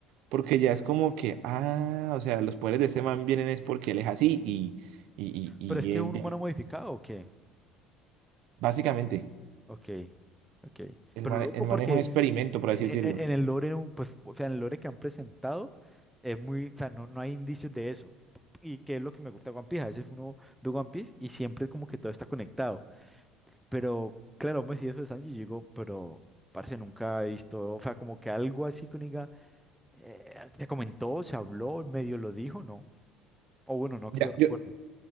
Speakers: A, on the right (about 70°); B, in the centre.
A: porque ya es como que, ah, o sea, los poderes de este man vienen es porque él es así y, y, y, y
B: pero es que
A: eh,
B: es un
A: de-
B: humano Mm, modificado, ¿o qué?
A: básicamente,
B: Ok, ok.
A: el
B: Pero
A: man,
B: loco
A: el
B: porque
A: man es un experimento, por
B: no.
A: así
B: eh,
A: decirlo.
B: en el lore, un- pues, o sea, en el lore que han presentado, es muy, o sea, no, no hay indicios de eso. Y que es lo que me gusta de One Piece, a veces uno ve One Piece y siempre como que todo está conectado. Pero claro, Messi después de Sanji llegó, pero parece nunca he visto, o sea, como que algo así que uno diga, eh, se comentó, se habló, medio lo dijo, ¿no? O bueno, no
A: Ya,
B: que yo recuerde.
A: yo,